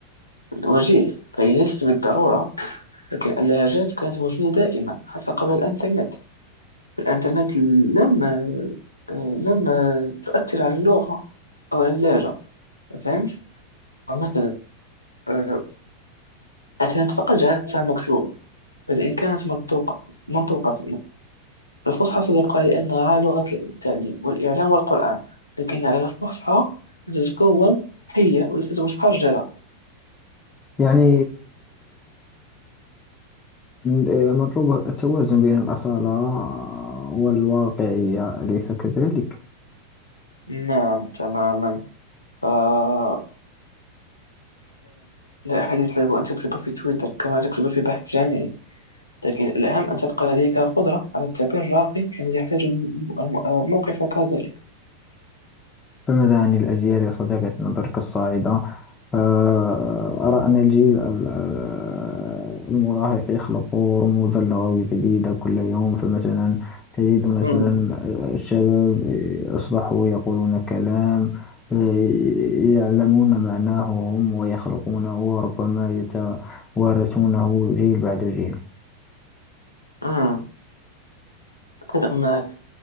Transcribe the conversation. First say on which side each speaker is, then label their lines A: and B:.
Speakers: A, on the left (about 80°); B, on the left (about 20°).
A: وجيه فهي ليست بالضرورة لكن اللهجات كانت موجودة دائما حتى قبل الإنترنت الإنترنت لم آه، لم تؤثر على اللغة أو على اللهجة فهمت؟ مثلا آه، الإنترنت فقط جعلتها مكتوبة بدل إن كانت منطوقة منطوقة الفصحى ستبقى لأنها لغة التعليم والإعلام والقرآن لكن على الفصحى أن تتكون حية وليست متحجرة
B: يعني آه، مطلوب التوازن بين الأصالة والواقعية أليس كذلك؟
A: نعم تماما فمثلا لا أحد يطلب أن تكتب في تويتر كما تكتب في بحث جامعي لكن الأهم أن تبقى لديك القدرة على التعبير الراقي حين يحتاج الم- الم- موقفك ذلك
B: فماذا عن الأجيال يا صديقي في نظرك الصاعدة؟ آه، أرى أن الجيل ال- ال- المراهق يخلق رموزا لغوية جديدة كل يوم فمثلا تجد مثلا
A: أمم،
B: الشباب أصبحوا يقولون كلام آه، يعلمون معناه هم ويخلقونه وربما يتوارثونه جيل بعد جيل
A: أمم، أتفق معك